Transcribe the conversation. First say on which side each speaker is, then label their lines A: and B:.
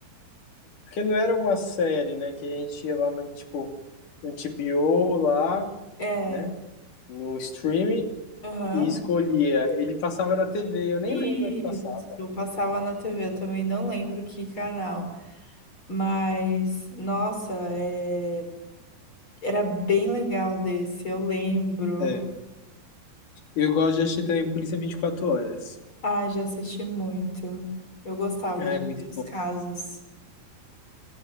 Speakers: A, on the left; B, on the left.
A: Porque não era uma série, né? Que a gente ia lá no, tipo, no TBO lá,
B: é.
A: né? No streaming
B: Aham.
A: e escolhia. Ele passava na TV, eu nem
B: Isso,
A: lembro onde passava.
B: eu passava na TV, eu também não lembro que canal. Mas, nossa, é, era bem legal desse, eu lembro.
A: É. Eu gosto de assistir também Polícia 24 Horas.
B: Ah, já assisti muito. Eu gostava
A: É,
B: de
A: muito
B: ver os
A: bom.
B: casos